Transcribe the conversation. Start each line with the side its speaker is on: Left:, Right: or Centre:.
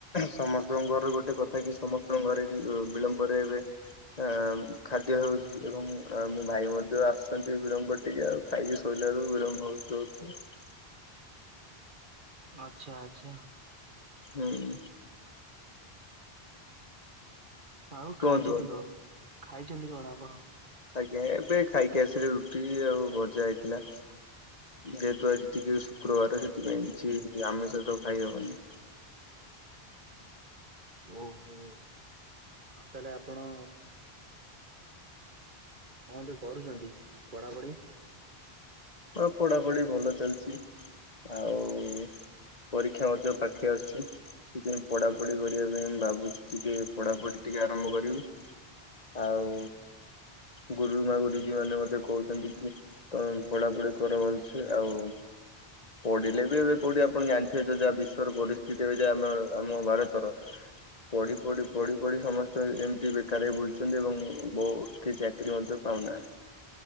Left: ସମସ୍ତଙ୍କ ଘର ଗୋଟେ କଥା କି ସମସ୍ତଙ୍କ ଘରେ ବିଳମ୍ବରେ ଏବେ ଆଁ ଖାଦ୍ୟ ହେଉଛି ଏବଂ ମୋ ଭାଇ ମଧ୍ୟ ଆସୁଛନ୍ତି ବିଳମ୍ବର ଟିକେ ଆଉ। ଖାଇକି ଶୋଇଲାରୁ ବିଳମ୍ବ ହୋଉଚି ହୋଉଚି ଆଉ।
Right: ଆଛା ଆଚ୍ଛା।
Left: ହୁଁ।
Right: ଆଉ ଖାଇଛନ୍ତି
Left: କୁହନ୍ତୁ
Right: କଣ ଖାଇଛନ୍ତି କଣ ଆପଣ।
Left: ଆଜ୍ଞା ଏବେ ଖାଇକି ଆସିଲି ରୁଟି ଆଉ ଭଜା ହେଇଥିଲା। ଯେହେତୁ ଆଜି ଟିକେ ଶୁକ୍ରବାର ସେଥିପାଇଁ କିଛି ଆମିଷ ତ ଖାଇହବନି।
Right: ଓହୋ ଆଉ ତାହେଲେ ଆପଣ କଣଟେ କରୁଛନ୍ତି ପଢାପଢି।
Left: ହଁ ପଢ଼ାପଢ଼ି ଭଲ ଚାଲିଛି ଆଉ ପରୀକ୍ଷା ମଧ୍ୟ ପାଖେଇ ଆସୁଛି। ସେଥିପାଇଁ ପଢାପଢି କରିବା ପାଇଁ ମୁଁ ଭାବୁଛି ଟିକେ ପଢାପଢି ଟିକେ ଆରମ୍ଭ କରିବି। ଆଉ ଗୁରୁମା ଗୁରୁଜୀ ମାନେ ମଧ୍ୟ କହୁଛନ୍ତି କି ତ ପଢାପଢି କର ଭଲସେ ଆଉ ପଢିଲେ ବି ଏବେ କୋଉଠି ଆପଣ ଜାଣିଥିବେ ଯ ଯାହା ବିଶ୍ଵର ପରିସ୍ଥିତି ଏବେ ଯା ଆମର ଆମ ଭାରତର। ପଢ଼ି ପଢ଼ି ପଢ଼ି ପଢ଼ି ସମସ୍ତେ ଏମିତି ବେକାର ହେଇ ବୁଲୁଛନ୍ତି ଏବଂ ବହୁ କି ଚାକିରି ମଧ୍ୟ ପାଉନା।